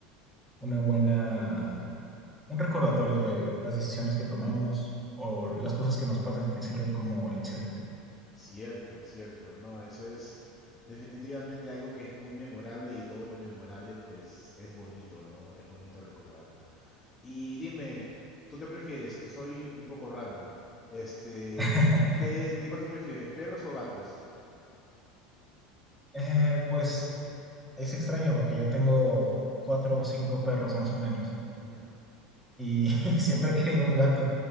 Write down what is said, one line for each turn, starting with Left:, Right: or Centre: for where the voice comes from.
Centre: una buena un recordatorio de las decisiones que tomamos o las cosas que nos pasan que sirven como lecciones.
Left: Cierto, cierto. No, eso es definitivamente algo que es muy memorable y todo lo memorable pues es bonito, ¿no? Es bonito recordar. Y dime, ¿tú qué prefieres? Soy un poco random. Este,
Centre: <laughs>
Left: ¿qué, qué cosas prefieres, perros o gatos?
Centre: Eh, pues es extraño porque yo tengo cuatro o cinco perros más o menos
Left: Ujú,
Centre: y <laughs> siempre he querido un gato,